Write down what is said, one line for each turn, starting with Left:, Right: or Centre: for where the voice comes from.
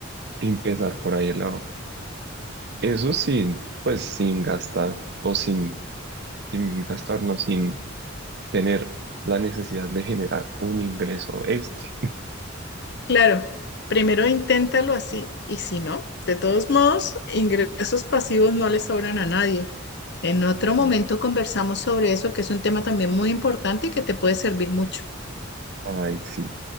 Right: empezar por ahí el ahorro. Eso sí, pues sin gastar o sin, sin gastarnos, sin tener la necesidad de generar un ingreso extra.
Left: Claro, primero inténtalo así y si no, de todos modos, ingresos pasivos no le sobran a nadie. En otro
Right: Eh,
Left: momento conversamos sobre eso, que es un tema también muy importante y que te puede servir mucho.
Right: ay, sí.